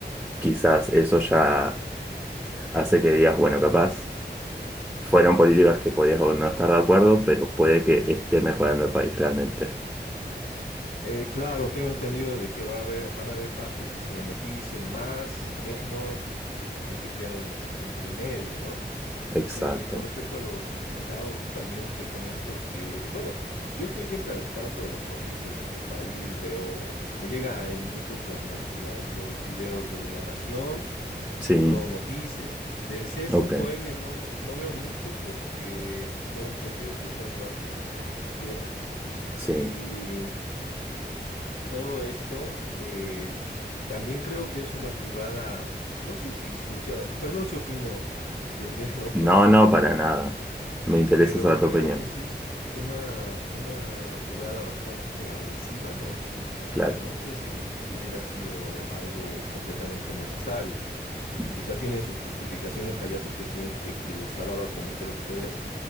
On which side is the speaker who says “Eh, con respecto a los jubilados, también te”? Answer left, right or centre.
Left